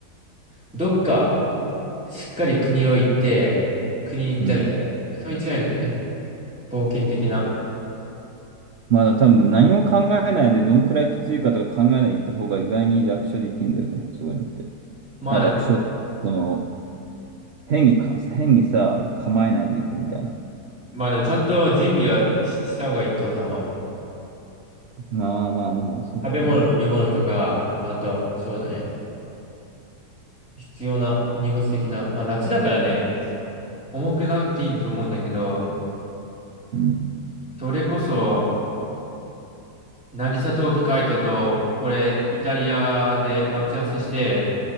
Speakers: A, in the centre; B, on the right (about 70°).
A: どっか、しっかり国を行って、国に行ったみたいな。
B: うん。
A: それに違いんだよね。冒険的な。
B: まだ多分何も考えないで、どんくらいきついかとか考えないで行った方が意外に楽勝できるんだよね。そういうのって。
A: まあでも、
B: まあ楽勝、その、変にか、変にさ、構えないで行くみたいな。
A: まあでもちゃんと準備はし、した方がいい、登山は。
B: まあまあまあ、そっか。
A: 食べ物、飲み物とか、あと、そうだね。必要な荷物的な。まあ夏だからね、重くなくていいんだと思うんだけど、
B: うん。
A: それこそ、渚冬季海斗と、俺、イタリアで待ち合わせして、